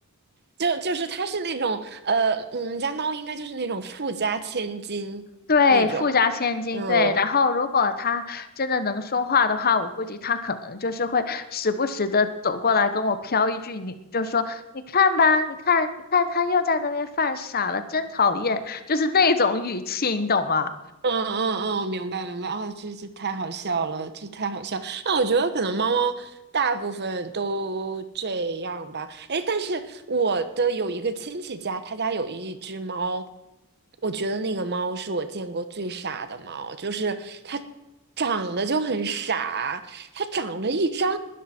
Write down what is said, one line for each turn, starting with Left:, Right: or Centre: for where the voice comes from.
Right: 就就是他是那种呃，我们家猫应该就是那种富家千金那种，
Left: 对，富家千金，
Right: 嗯。
Left: 对。然后，如果他真的能说话的话，我估计他可能就是会时不时的走过来跟我飘一句，你就说，你看吧，你看，你看，他又在那边犯傻了，真讨厌，就是那种语气，你懂吗？
Right: 嗯嗯嗯，明白明白，哦，这这太好笑了，这太好笑。那我觉得可能猫猫大部分都这样吧。哎，但是我的有一个亲戚家，他家有一只猫，我觉得那个猫是我见过最傻的猫，就是它长得就很傻，它长了一张，